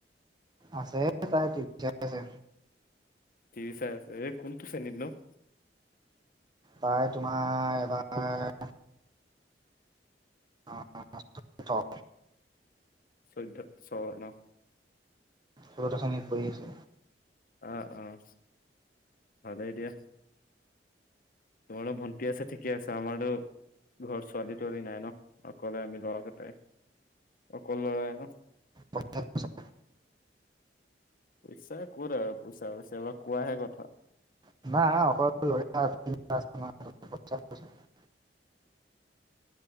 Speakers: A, on the right (about 25°); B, on the left (about 50°).
A: আছে তাই ঠিক ঠাক আছে।
B: তিচাৰ আছে, এই কোনটো শ্ৰেণীত ন'।
A: মাই তোমাৰ এবাৰ, <unintelligible> ত
B: চৈধ্যত চ ন
A: হলো তাখন ইনে পৰি আছে।
B: অঁ অঁ ভালেই দিয়া। তোমাৰো ভণ্টি আছে ঠিকে আছে, আমাৰতো ঘৰৰ ছোৱালী তোৱালী নাই ন। অকলে আমি লৰা কেইটাই, অকল ল'ৰাই ন।
A: <inaudible>
B: পইচা ক'ত আৰু পইচা <unintelligible> কোৱাহে কথা।
A: নাই আমাৰ অকল <unintelligible> <inaudible>